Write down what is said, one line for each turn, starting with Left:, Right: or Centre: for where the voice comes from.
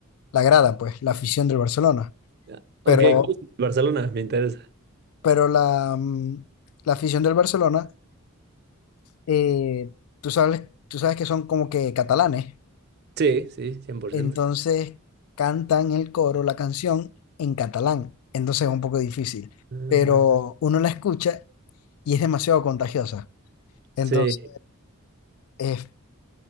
Left: la grada, pues, la afición del Barcelona.
Right: Ya.
Left: Pero,
Right: Ok, ¿cuál es el de Barcelona? Me interesa.
Left: pero la, mm, la afición del Barcelona eh, tú sabes, tú sabes que son como que catalanes,
Right: Sí, sí, 100%.
Left: entonces cantan el coro, la canción en catalán, entonces es un poco difícil,
Right: Ah,
Left: pero uno la escucha y es demasiado contagiosa, entonces
Right: Sí,
Left: es,